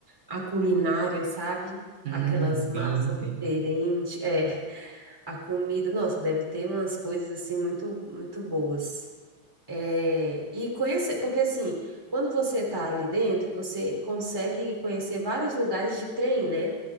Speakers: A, in the centre; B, on the right.
A: a culinária, sabe?
B: Hum,
A: Aquelas massas
B: sim, sim.
A: diferentes, é, a comida. Nossa, deve ter umas coisas, assim, muito, muito boas. É, e conhecer, porque, assim, quando você tá ali dentro, você consegue conhecer vários lugares de trem, né?